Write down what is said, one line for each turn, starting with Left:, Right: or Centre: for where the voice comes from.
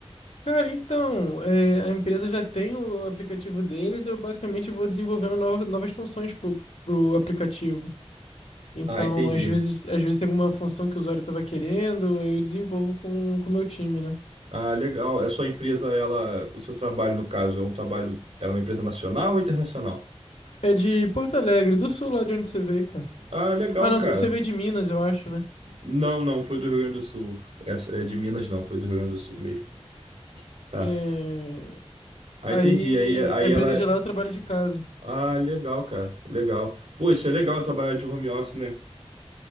Left: Cara, então, é, a empresa já tem o aplicativo deles, eu basicamente vou desenvolvendo novas, novas funções pro, pro aplicativo. Então,
Right: Ah, entendi.
Left: às vezes, às vezes tem alguma função que o usuário estava querendo, eu desenvolvo com com o meu time, né?
Right: Ah, legal. É sua empresa, ela, o seu trabalho, no caso, é um trabalho, ela é uma empresa nacional ou internacional?
Left: É de Porto Alegre, do sul, lá de onde você veio, cara.
Right: Ah, legal,
Left: Ah, não,
Right: cara.
Left: você veio de Minas, eu acho, né?
Right: Não, não, foi do Rio Grande do Sul. Essa é de Minas, não, foi do Rio Grande do Sul mesmo. Tá.
Left: É,
Right: Ah,
Left: Aí,
Right: entendi. Aí, aí
Left: a empresa
Right: ela.
Left: de
Right: é,
Left: lá eu trabalho de casa.
Right: Ah, legal, cara. Legal. Pô, isso é legal trabalhar de home office, né?